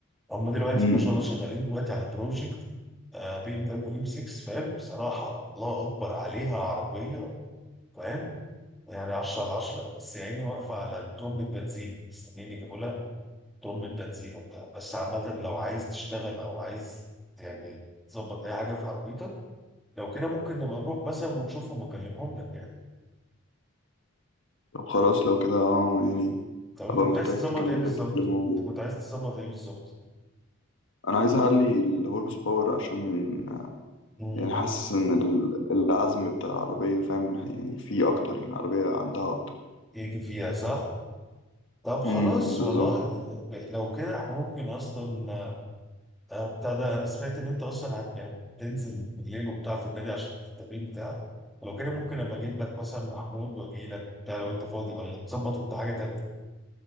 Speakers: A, in the centre; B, on the left.
A: هم دلوقتي
B: مم.
A: ما شاء الله شغالين دلوقتي على بروجكت بي ام دبليو ام 6 فاهم بصراحه الله اكبر عليها عربيه فاهم يعني 10 على 10 بس يعني واقفه على الترمبة بنزين مستنيين يجيبوا لها ترمبة بنزين وبتاع بس عامه لو عايز تشتغل او عايز يعني تظبط اي حاجه في عربيتك لو كده ممكن نبقى نروح مثلا ونشوفهم ونكلمهم لك يعني
B: طب خلاص لو كده اه يعني
A: طب
B: هبقى
A: انت كنت
B: محتاج
A: عايز تظبط
B: تكمل
A: ايه بالظبط؟
B: اللي موجود
A: انت كنت عايز تظبط ايه بالظبط؟
B: انا عايز اعلي الهورس باور عشان آه،
A: امم
B: يعني حاسس ان ال- العزم بتاع العربية فاهم يعني فيه اكتر يعني العربية عندها اكتر
A: يجي فيها صح؟ طب خلاص
B: امم بالظبط
A: والله لو كده احنا ممكن اصلا آه، بتاع ده انا سمعت ان انت اصلا هت يعني تنزل بالليل وبتاع في النادي عشان التمرين بتاعك ولو كده ممكن ابقى اجيب لك مثلا محمود واجي لك وبتاع لو انت فاضي ولا تظبط انت حاجه تانيه